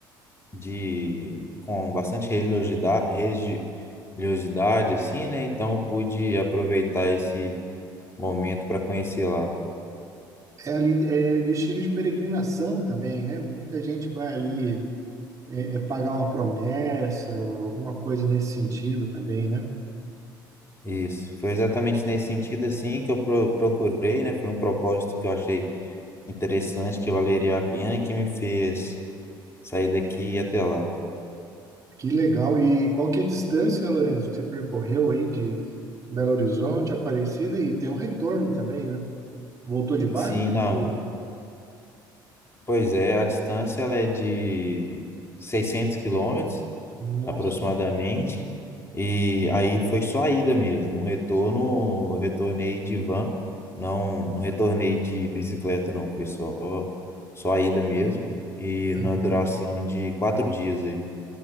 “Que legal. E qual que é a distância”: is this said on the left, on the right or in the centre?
Right